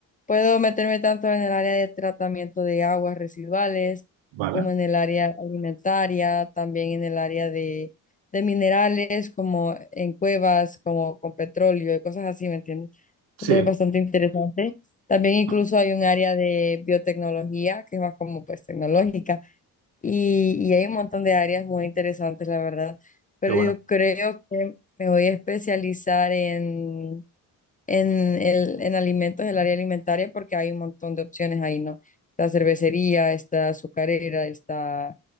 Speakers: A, on the left (about 20°); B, on the right (about 65°).
A: puedo meterme tanto en el área de tratamiento de aguas residuales
B: vale.
A: como en el área alimentaria, también en el área de, de minerales como en cuevas, como con petróleo y cosas así, ¿me entiendes? Entonces
B: Sí.
A: es bastante interesante. También incluso
B: Ajá.
A: hay un área de biotecnología que es más como pues tecnológica y, y hay un montón de áreas muy interesantes, la verdad, pero
B: Qué bueno.
A: yo creo que me voy a especializar en, en, el, en alimentos, el área alimentaria, porque hay un montón de opciones ahí, ¿no? Está cervecería, está azucarera, está,